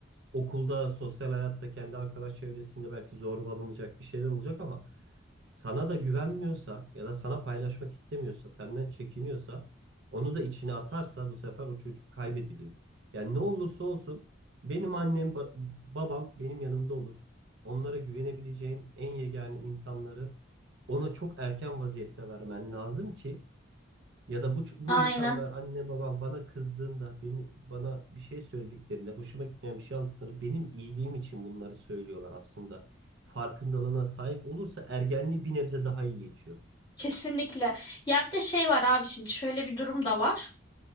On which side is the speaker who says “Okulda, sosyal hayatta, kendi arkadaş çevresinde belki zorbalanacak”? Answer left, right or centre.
Right